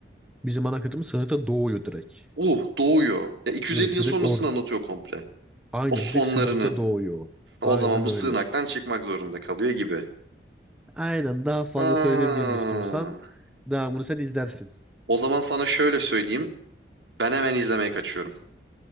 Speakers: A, in the centre; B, on the right.
A: bizim ana kıtamız sığınakta doğuyor direkt.
B: Uh doğuyor. Ya 250
A: Öyle
B: yıl
A: direkt
B: sonrasını
A: orada.
B: anlatıyor komple.
A: Aynen
B: O sonlarını.
A: direkt sığınakta doğuyor.
B: O
A: Aynen
B: zaman bu
A: öyle.
B: sığınaktan çıkmak zorunda kalıyor gibi.
A: Aynen daha fazla
B: Ha.
A: söylemeyeyim istiyorsan. Devamını sen izlersin.
B: O zaman sana şöyle söyleyeyim. Ben hemen izlemeye kaçıyorum.